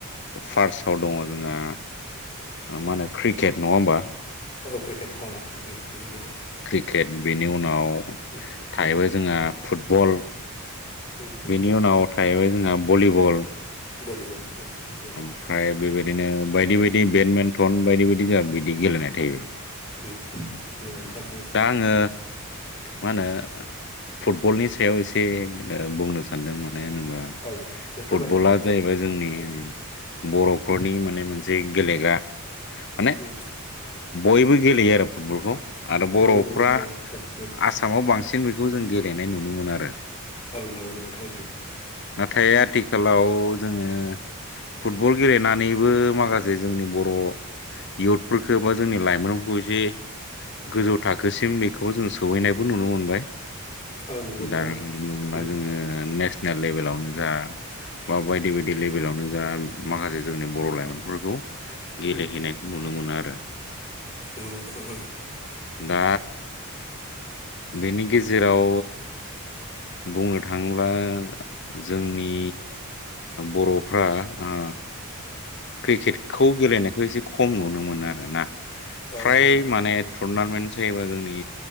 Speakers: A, on the left; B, on the left.
A: फार्स दङ जोंना मा होनो क्रिकेट नङा होमबा?
B: औ क्रिकेट उम उम नंगौ।
A: क्रिकेट बेनि उनाव
B: उम
A: थाहैबाय जोंहा फुटबल
B: उम फुटबल
A: बेनि उनाव थाहैबाय जोंहा भलिबल
B: भलिबल औ <unintelligible>
A: ओमफ्राय बेबायदिनो बायदि बायदि बेडमिन्टन बायदि बायदि जा बिदि गेलेनाय <unintelligible>
B: उम उम नंगौ नोंथां उम
A: दा आङो मा होनो फुटबलनि सायाव एसे बुंनो
B: उम
A: सानदों मानो होनोबा
B: औ नोंथां एसे फोरमायना
A: फुटबला
B: होलाय एसे
A: जाहैबाय
B: फुटबल
A: जोंनि
B: उम
A: बर'फोरनि माने मोनसे गेलेग्रा माने
B: उम
A: बयबो गेलेयो आरो फुटबलखौ आरो बर'फ्रा
B: फुटबल औ औ उम
A: आसामाव बांसिन बेखौ जों गेलेनाय नुनो मोन आरो
B: औ नंगौ नंगौ नोंथां ओं
A: नाथाय आथिखालाव जोङो फुटबल गेलेनानैबो माखासे जोंनि बर' इयुथफोरखौ बा जोंनि लाइमोनफोरखौ एसे गोजौ थाखोसिम बेखौ जों सहैनायबो नुनो मोनबाय।
B: औ नंगौ नोंथां
A: दा
B: ओं
A: <unintelligible> मोना
B: उम
A: जोङो नेसनेल लेभेलावनो जा बा बायदि बायदि लेभेलावनो जा माखासे जोंनि बर' लाइमोनफोरखौ गेलेहैनायखौ
B: उम
A: नुनो मोनो आरो।
B: नंगौ नोंथां ओं
A: दा बेनि गेजेराव बुंनो थाङोब्ला जोंनि बर'फ्रा अ क्रिकेटखौ गेलेनायखौ एसे खम नुनो मोनो आरोना
B: औ
A: फ्राय
B: नंगौ नोंथां
A: माने
B: औ नंगौ
A: टुरनामेन्ट जायोबा जोंनि